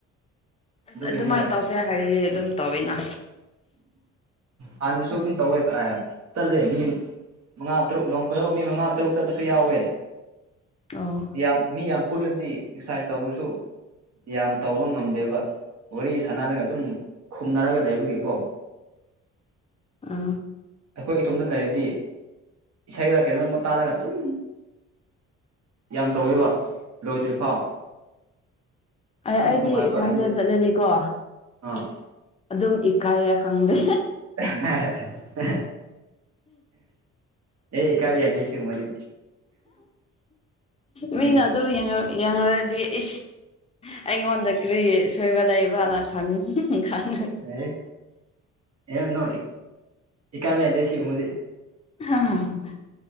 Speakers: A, on the left; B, on the right.
A: ꯑꯁ
B: ꯑꯗꯨꯒꯤꯅꯤꯗ
A: ꯑꯗꯨꯃꯥꯏꯅ ꯇꯧꯁꯦ ꯍꯥꯏꯔꯤꯗꯤ ꯑꯗꯨꯝ ꯇꯧꯋꯤꯅ
B: ꯍꯥꯟꯅꯥꯁꯨ ꯑꯗꯨꯝ ꯇꯧꯋꯦ ꯆꯜꯂꯦ ꯃꯤ ꯃꯉꯥ ꯇꯔꯨꯛ ꯅꯣꯡ ꯐꯗꯣꯕ ꯃꯤ ꯃꯉꯥ ꯇꯔꯨꯛ ꯆꯠꯄꯁꯨ ꯌꯥꯎꯋꯦ
A: ꯑꯣ
B: ꯌꯥꯝ ꯃꯤ ꯌꯥꯝ ꯄꯨꯜꯂꯗꯤ ꯑꯦꯛꯁꯔꯁꯥꯏꯁ ꯇꯧꯔꯁꯨ ꯌꯥꯝ ꯇꯧꯕ ꯉꯝꯗꯦꯕ ꯋꯥꯔꯤ ꯁꯥꯟꯅꯔꯒ ꯑꯗꯨꯝ ꯈꯨꯝꯅꯔꯒ ꯂꯩꯕꯒꯤ ꯀꯣ <inaudible>
A: ꯑꯥ
B: ꯑꯩꯈꯣꯏ ꯏꯇꯣꯝꯇ ꯂꯩꯔꯗꯤ ꯏꯁꯩꯔ ꯀꯩꯅꯣꯝ ꯇꯥꯔꯒ ꯑꯗꯨꯝ ꯌꯥꯝ ꯇꯧꯋꯦꯕ ꯂꯣꯏꯗ꯭ꯔꯤ ꯐꯥꯎ
A: ꯑ ꯑꯩꯗꯤ
B: ꯅꯨꯡꯉꯥꯏꯕ
A: ꯏꯊꯟꯗ
B: ꯍꯥꯏꯗꯤ
A: ꯆꯠꯂꯗꯤꯀꯣ
B: ꯑꯥ
A: ꯑꯗꯨꯝ ꯏꯀꯥꯏꯌꯦ ꯈꯪꯗꯦ
B: <unintelligible> ꯑꯦ ꯏꯀꯥꯏꯕ ꯌꯥꯗꯦ ꯁꯤꯒꯨꯝꯕꯗꯤ
A: ꯃꯤꯅ
B: ꯑꯦ
A: ꯑꯗꯨꯝ ꯌꯦꯡꯉ ꯌꯦꯡꯉꯥꯔꯗꯤ ꯏꯁ ꯑꯩꯉꯣꯟꯗ ꯀꯔꯤ ꯁꯣꯏꯕ ꯂꯩꯕ꯭ꯔꯥꯅ ꯈꯟ ꯈꯟ
B: ꯑꯦ ꯑꯦ ꯅꯣ ꯏꯀꯥꯏꯕ ꯌꯥꯗꯦ ꯁꯤꯒꯨꯝꯕꯗꯤ
A: <unintelligible>